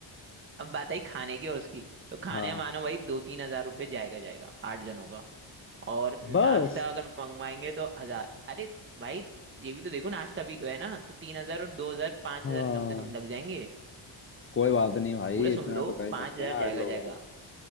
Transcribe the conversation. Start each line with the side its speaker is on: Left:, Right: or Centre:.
Right: अब बात आई खाने की और उसकी तो खाने
Left: हाँ
Right: मानो भाई दो तीन हजार रुपये जाएगा जाएगा आठ जनों का और नाश्ता
Left: बस
Right: अगर मंगवाएंगे तो हजार अरे भाई ये भी तो देखो नाश्ता भी तो है ना तो तीन हजार और दो हजार पांच
Left: हाँ
Right: हजार कम से कम लग जाएंगे
Left: कोई बात नहीं भाई
Right: पूरा
Left: इतना
Right: सुन लो
Left: तो कर ही
Right: पांच
Left: सकते
Right: हजार
Left: हैं आठ
Right: जाएगा
Left: लोग
Right: जाएगा
Left: हैं